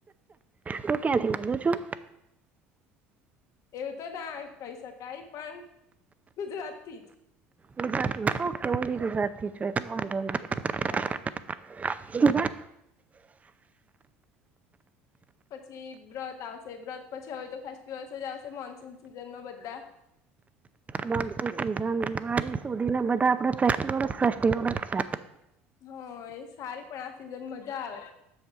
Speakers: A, on the right; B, on the left.
A: તું ક્યાંથી બોલું છું?
B: એવું તો ના કહી શકાય, પણ ગુજરાત થી જ.
A: ગુજરાત માં <unintelligible> <unintelligible>
B: હા.
A: <unintelligible>
B: પછી વ્રત આવશે, વ્રત પછી હવે તો ફેસ્ટિવલ્સ જ આવશે મોનસૂન સિઝનમાં બધા.
A: મોન્સૂન સિઝન દિવાળી સુધીને બધા આપણે ફેસ્ટીવલ જ ફેસ્ટીવલ જ છે.
B: હા એ સારી પણ આ સિઝન મજા આવે.